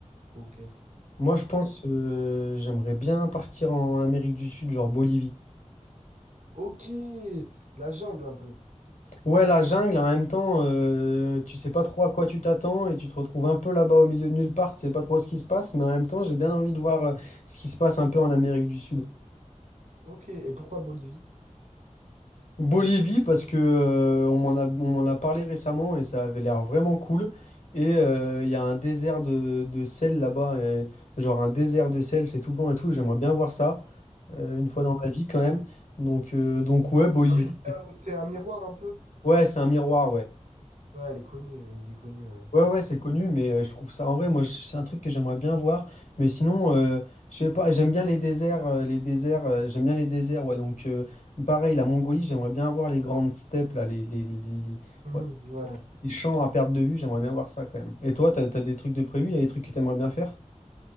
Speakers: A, on the right; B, on the left.
A: quoi ou qu'est-ce?
B: Moi, je pense euh, j'aimerais bien partir en Amérique du Sud, genre Bolivie.
A: Ok, la jungle un peu.
B: Ouais, la jungle, en même temps, euh, tu sais pas trop à quoi tu t'attends et tu te retrouves un peu là-bas au milieu de nulle part, tu sais pas trop ce qui se passe, mais en même temps, j'ai bien envie de voir euh, ce qui se passe un peu en Amérique du Sud.
A: Ok, et pourquoi Bolivie?
B: Bolivie, parce que euh, on m'en a, on m'en a parlé récemment et ça avait l'air vraiment cool. Et euh, il y a un désert de, de sel là-bas, et genre un désert de sel, c'est tout blanc et tout, j'aimerais bien voir ça euh, une fois
A: Hmm.
B: dans ma vie quand même. Donc, euh, donc ouais, Bolivie.
A: Ah oui, c'est là où c'est un miroir un peu.
B: Ouais, c'est un miroir, ouais.
A: Ouais, elle est connue, il est connu, ouais.
B: Ouais, ouais, c'est
A: Hmm.
B: connu, mais euh, je trouve ça. En vrai, moi, je- c'est un truc que j'aimerais bien voir. Mais sinon, euh, je sais pas, j'aime bien les déserts. euh, les déserts, euh, j'aime bien les déserts, ouais. Donc, euh, pareil, la Mongolie, j'aimerais bien voir les grandes steppes, là, les, les, les, les-
A: Mhm,
B: ouais,
A: ouais.
B: les champs à perte de vue, j'aimerais bien voir ça quand même. Et toi, t'as, t'as des trucs de prévu? Il y a des trucs que t'aimerais bien faire?